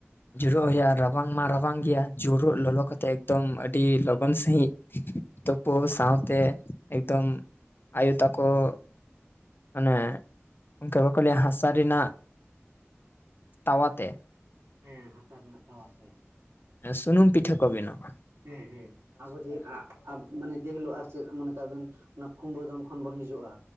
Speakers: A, on the left; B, on the right.
A: ᱡᱳᱨᱚᱜ ᱦᱳᱭᱳᱜᱼᱟ ᱨᱟᱵᱟᱝ ᱢᱟ ᱨᱟᱵᱟᱝ ᱜᱮᱭᱟ ᱡᱳᱨᱳᱜ ᱞᱚᱞᱚ ᱠᱷᱟᱛ ᱛᱮ ᱮᱠᱫᱚᱢ ᱟᱹᱰᱤ ᱞᱚᱜᱚᱱ ᱥᱟᱺᱦᱤᱡ ᱛᱳᱯᱩ ᱥᱟᱶᱛᱮ ᱮᱠᱫᱚᱢ ᱾ ᱟᱭᱳ ᱛᱟᱠᱚ ᱾ ᱚᱱᱮ ᱩᱱᱠᱟ ᱵᱟᱠᱚ ᱞᱟᱹᱭᱟ ᱦᱟᱥᱟ ᱨᱮᱱᱟᱜ ᱛᱟᱣᱟᱛᱮ ᱾
B: ᱦᱮᱸ ᱦᱟᱥᱟ ᱨᱮᱱᱟᱜ ᱛᱟᱣᱟ ᱛᱮ ᱾
A: ᱥᱩᱱᱩᱢ ᱯᱤᱴᱷᱟᱹ ᱠᱚ ᱵᱮᱱᱟᱣᱟ ᱾
B: ᱦᱮᱸ ᱦᱮᱸ ᱟᱵᱚ ᱫᱮ ᱟᱜ ᱟᱵ ᱢᱟᱱᱮ ᱾ ᱡᱮ ᱦᱤᱞᱳᱜ ᱟᱨ ᱪᱮᱜ ᱢᱚᱱᱮ ᱠᱟᱜ ᱵᱮᱱ ᱚᱱᱟ ᱠᱩᱢᱵᱟᱹ ᱫᱟᱱ ᱠᱷᱚᱱ ᱵᱚᱱ ᱦᱤᱡᱩᱜᱼᱟ